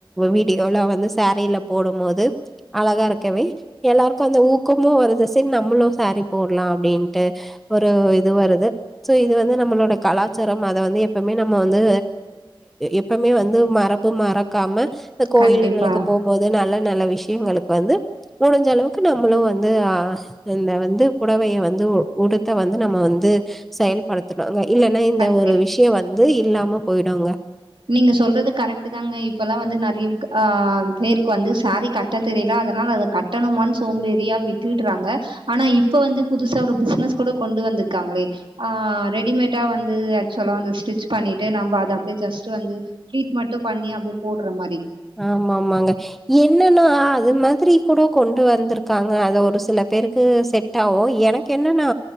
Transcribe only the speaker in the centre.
வீடியோல வந்து சேரீல போடும்போது அழகா இருக்கவே எல்லாருக்கும் அந்த ஊக்கமும் வருது சரி நம்மளும் சேரி போடலாம் அப்படின்ட்டு ஒரு இது வருது சோ இது வந்து நம்மளோட கலாச்சாரம் அதை வந்து எப்பவுமே நம்ம வந்து எப்பவுமே வந்து மரபு மற இருக்காம இந்த கோயிலுகளுக்கு
போகும்போது நல்ல நலவி விஷயங்களுக்கு வந்து முடிஞ்ச அளவுக்கு நம்மளும் வந்து இந்த வந்து புடவைய வந்து உடுத்த வந்து நம்ம வந்து செயல்படுத்தனுவே இல்லனா இந்த
ஒரு விஷயம் வந்து இல்லாம போயிடுங்க
ஆமாமாங்க என்னென்னா அது மாதிரி கூட கொண்டு வந்திருக்காங்க அது ஒரு சில பேருக்கு செட் ஆகும் எனக்கு என்னென்னா